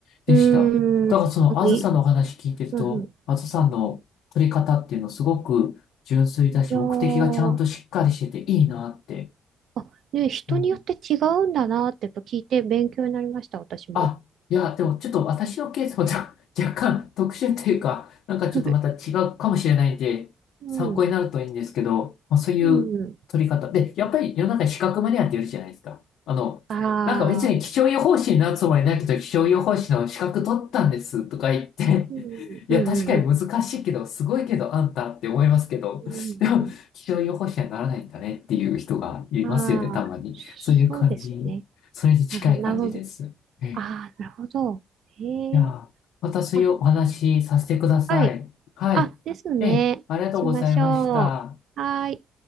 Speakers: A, on the left; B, on the right.
A: でした。
B: うーん、
A: だからその、
B: なんかいい、
A: あずさんのお話聞いてると、
B: うんうん、い
A: あずさんの取り方っていうのすごく純粋だし、
B: やー、
A: 目的がちゃんとしっかりしてていいなって。
B: あ、ね、人によって違うんだなってやっぱ聞いて勉強になりました、
A: うん
B: 私も。
A: あ、いや、でもちょっと私のケースも若 <laughs> 若干特殊というか、なんかちょっとまた違うかもしれないんで、
B: <laughs> うん、
A: 参考になるといいんですけど、まあ、そういう取り方。
B: うん、
A: で、やっぱり世の中に資格マニアっているじゃないですか。あの、
B: あー、
A: なんか別に気象予報士になるつもりないけど、
B: 確か
A: 気象予報士の資格取ったんですとか言って、
B: に。うん、
A: <laughs> いや、
B: うん、
A: 確かに難しいけど、
B: うん、
A: すごいけど、あんたって思いますけど、
B: うん、
A: でも、
B: うん、うん
A: 気象予報士にはならないんだねっていう人がいますよね、
B: あー、
A: たまに。そういう感じ、
B: そうですね。
A: それに近い感じです。
B: なるほど、なるほど。
A: ええ
B: あー、なるほど。へえ、
A: じゃあ、またそういうお話しさせてください。
B: まあ、はい。
A: はい。
B: あ、ですね。
A: ええ、ありがとうございました。
B: しましょう。はーい。